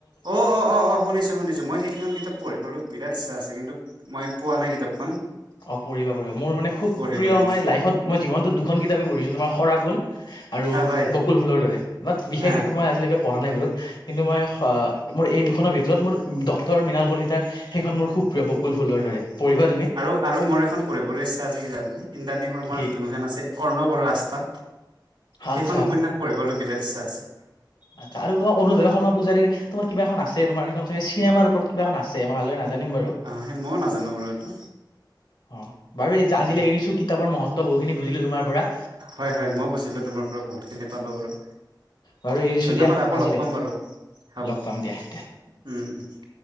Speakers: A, on the right; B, on the left.
A: অ', অ', অ', অ', শুনিছো-শুনিছো মই সেই সেইখন কিতাপ পঢ়িবলৈ বিৰাট ইচ্ছা আছে। কিন্তু মই পোৱা নাই কিতাপখন।
B: অ, পঢ়িবা-পঢ়িবা। মোৰ মানে খুব
A: পঢ়িম
B: প্ৰিয়
A: হয়
B: মানে, লাইফত মই জীৱনটোত দুখন কিতাপেই পঢ়িছোঁ। তোমাৰ খৰা ফুল। আৰু
A: অ হয়
B: বকুল ফুলৰ দৰে। বাত বিশেষ
A: অ
B: একো মই আজিলৈকে পঢ়া নাই বাৰু। কিন্তু মই মোৰ এই দুখনৰ ভিতৰত মোৰ ডক্টৰ মৃণাল কলিতাৰ, সেইখন মোৰ খুব প্ৰিয় বকুল ফুলৰ দৰে। পঢ়িবা তুমি।
A: আৰু-আৰু মোৰ এখন পঢ়িবলৈ ইচ্ছা আছে কি জানানে? ইন্দ্ৰাণী শৰ্মাৰ
B: কি
A: যোনখন আছে অৰ্ণৱৰ, আস্থা।
B: আচ্ছা
A: সেইখন উপন্যাস পঢ়িবলৈ বিৰাত ইচ্ছা আছে।
B: আচ্ছা আৰু তোমাৰ অনুৰাধা শৰ্মা পূজাৰীৰ, তোমাৰ কিবা এখন আছে। তোমাৰ হেইখন চিনেমাৰ ওপৰত কিবা এখন আছে। মই ভালদৰে নাজানো। নাজানিম বাৰু।
A: অ সেই ময়ো নাজানো বাৰু এইটো
B: অ, বাৰু আজিলৈ
A: হয়
B: এৰিছো কি কিতাপ মহত্ব বহুতখিনী বুজিলো তোমাৰ পৰা।
A: হয়-হয়। মই বুজিলোঁ তোমাৰ পৰা বহুতখিনি পালোঁ বাৰু।
B: বাৰু এৰিছো
A: ধন্যবাদ
B: দিয়া
A: আকৌ
B: আজিলে
A: লগ পাম বাৰু হ'ব।
B: লগ
A: উম-উম।
B: পাম দিয়া